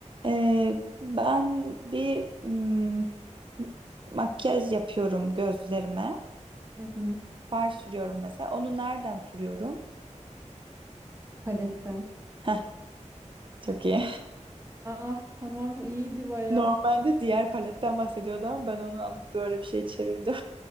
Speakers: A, on the right; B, on the right.
A: Ee, ben bir mm, makyaj yapıyorum gözlerime.
B: Hı hı.
A: Far sürüyorum mesela. Onu nereden sürüyorum?
B: Paletten.
A: Heh, çok iyi.
B: Ah tamam iyiydi
A: <laughs>
B: baya.
A: Normalde diğer paletten bahsediyordu ama ben onu alıp böyle bir şey çevirdim.